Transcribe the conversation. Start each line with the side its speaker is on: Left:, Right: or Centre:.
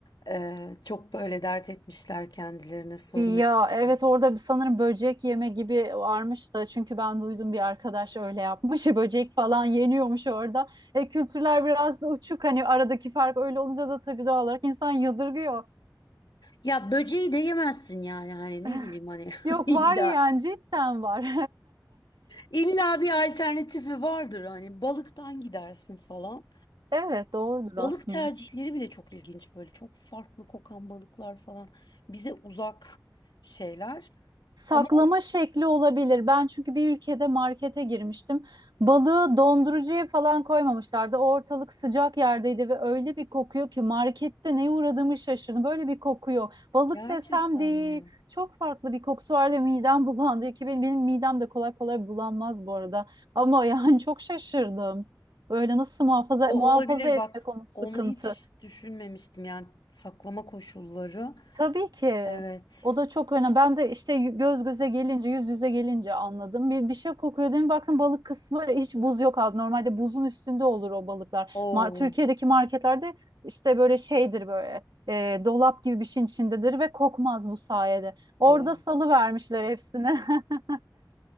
Left: eee, çok böyle dert etmişler kendilerine sorun etmişler.
Right: Ya evet orada bir- sanırım böcek yeme gibi varmış da çünkü ben duydum bir arkadaş öyle yapmış <laughs> böcek falan yeniyormuş orada. E, kültürler biraz uçuk hani aradaki fark öyle olunca da tabii doğal olarak insan yadırgıyor.
Left: Ya böceği de yemezsin yani hani
Right: <laughs>
Left: ne bileyim hani
Right: Yok
Left: <laughs> illa
Right: var yani cidden var. <laughs>
Left: illa bir alternatifi vardır hani balıktan gidersin falan.
Right: Evet doğrudur
Left: Balık
Right: aslında.
Left: tercihleri bile çok ilginç böyle çok farklı kokan balıklar falan bize uzak şeyler
Right: Saklama
Left: ama
Right: şekli olabilir. Ben çünkü bir ülkede markete girmiştim. Balığı dondurucuya falan koymamışlardı. O Ortalık sıcak yerdeydi ve öyle bir kokuyor ki markette neye uğradığımı şaşırdım. Böyle bir kokuyor. Balık
Left: gerçekten
Right: desem değil.
Left: mi?
Right: Çok farklı bir kokusu vardı. Midem <laughs> bulandı ki benim, benim midem de kolay kolay bulanmaz bu arada. Ama <laughs> yani çok şaşırdım. Böyle nasıl muhafaza
Left: O
Right: muhafaza
Left: olabilir
Right: etmek
Left: bak.
Right: onun
Left: Onu
Right: sıkıntı.
Left: hiç düşünmemiştim yani saklama koşulları.
Right: Tabii ki.
Left: Evet.
Right: O da çok önemli. Ben de işte göz göze gelince, yüz yüze gelince anladım. Bir, bir şey kokuyor değil mi? Baktım balık kısmı hiç buz yok aldı. Normalde buzun üstünde olur o balıklar.
Left: Oo,
Right: Mar Türkiye'deki marketlerde işte böyle şeydir böyle e, dolap gibi bir şeyin içindedir ve kokmaz bu sayede. Orada
Left: doğru.
Right: salı vermişler hepsini. <laughs>